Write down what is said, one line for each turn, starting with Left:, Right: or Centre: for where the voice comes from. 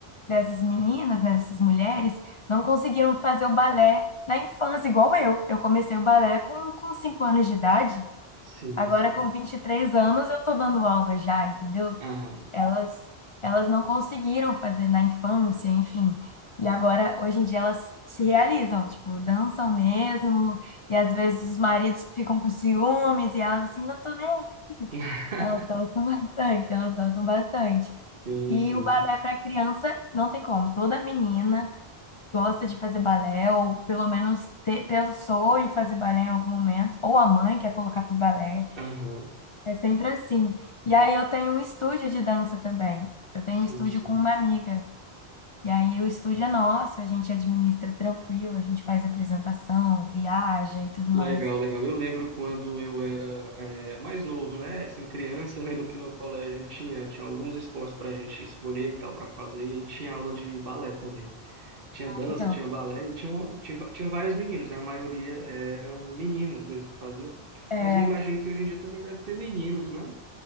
Left: dessas meninas, né, dessas mulheres, não conseguiram fazer o balé na infância, igual eu. Eu comecei o balé com, com 5 anos de idade,
Right: Sim,
Left: agora
Right: sim.
Left: com 23 anos eu tô dando aula já, entendeu?
Right: Aham.
Left: elas elas não conseguiram fazer na infância, enfim. E agora, hoje em dia, elas se realizam, tipo, dançam mesmo, e às vezes os maridos ficam com ciúmes, e elas assim, não tô nem. aí."
Right: <laughs>
Left: Elas gostam <laughs> bastante, elas gostam bastante.
Right: Sim,
Left: E
Right: sim.
Left: o balé para criança não tem como. Toda menina gosta de fazer balé, ou pelo menos te- pensou em fazer balé em algum momento, ou a mãe quer colocar para o balé.
Right: Aham.
Left: É sempre assim. E aí eu tenho um estúdio de dança também. Eu tenho
Right: Sim,
Left: um estúdio
Right: sim.
Left: com uma amiga. E aí o estúdio é nosso, a gente administra tranquilo, a gente faz apresentação, viaja e tudo mais.
Right: Legal, legal. Eu lembro quando eu era eh, mais novo, né? Assim, criança, eu lembro que no colégio tinha, tinha alguns esportes para a gente escolher e tal para fazer, e aí tinha aula de balé também. Tinha
Left: Ah,
Right: dança,
Left: legal.
Right: tinha balé, e tinha, uma- tinha, tinha várias meninas, né? A maioria eram meninas mesmo que fazia.
Left: É,
Right: Mas eu imagino que hoje em dia também deve ter meninos, né?